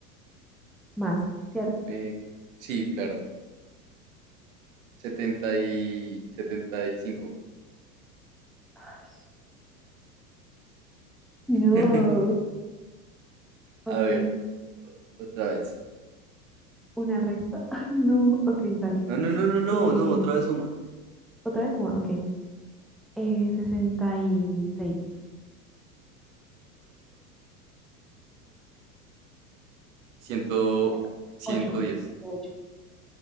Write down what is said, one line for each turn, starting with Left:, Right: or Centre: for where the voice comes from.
Centre: más, ¿cierto?
Right: Eh, sí, claro. setenta y setenta y cinco
Centre: Ay, No,
Right: <laughs>
Centre: ok,
Right: A ver, otra vez.
Centre: una resta. <laughs> Ay, no, ok, dale.
Right: No, no, no, no, no,
Centre: Eh,
Right: no, otra vez suma.
Centre: Otra vez una, ok. Eh, sesenta y seis.
Right: 42.
Centre: ciento
Right: ciento
Centre: ocho
Right: diez
Centre: ciento ocho